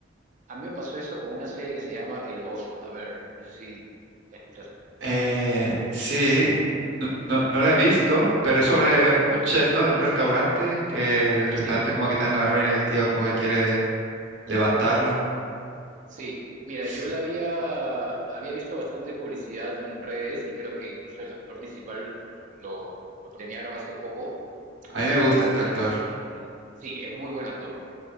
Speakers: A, on the right; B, on the right.
A: A mí me pasó eso con una serie que se llama El Oso. A ver, no sé si la escuchaste.
B: Eh, sí, no, no, no la he visto, pero es sobre un chef, ¿no? De un restaurante, que el
A: Sí,
B: restaurante como que está en la ruina y el tío como que quiere levantarlo.
A: sí. Mira,
B: Sí.
A: yo la había, había visto bastante publicidad en redes y creo que incluso el actor principal lo, lo premiaron hace poco.
B: A mí me
A: Y
B: gusta este actor.
A: sí, es muy buen actor.